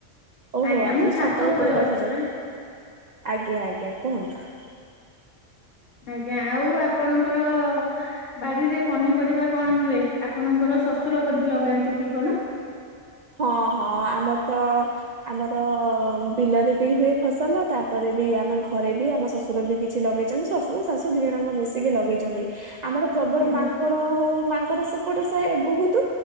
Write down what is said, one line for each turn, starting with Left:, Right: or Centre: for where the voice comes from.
Right: ଓହୋ
Left: ଆଜ୍ଞା
Right: ଆପଣ
Left: ମୁଁ
Right: ଛାତ ଉପ ଉପରେ ବସିଛ,
Left: ଅଛି ପରା
Right: ଆଜ୍ଞା ଆଜ୍ଞା, କୁହନ୍ତୁ।
Left: ଆଜ୍ଞା, ଆଉ ଆପଣଙ୍କର ବାଡିରେ ପନିପରିବା କଣ ହୁଏ? ଆପଣଙ୍କ ଙ୍କର ଶଶୁର ବୋଧେ ଲଗାନ୍ତି କି କଣ?
Right: <inaudible> ହଁ ହଁ ଆମର ତ ଆମର ବିଲରେ ବି ହୁଏ ଫସଲ, ତାପରେ ବି ଆମ ଘରେ ବି ଆମ ଶଶୁର ବି କିଛି ଲଗେଇଛନ୍ତି, ଶ୍ୱଶୁର ଶାଶୁ ଦି ଜଣଙ୍କ ମିଶିକି ଲଗେଇଚନ୍ତି। ଆମର ପ୍ରବଳ
Left: ଆଜ୍ଞା
Right: ମାଙ୍କଡ ହଉ ମାଙ୍କଡ ସେପଟ ସାଇ ବହୁତୁ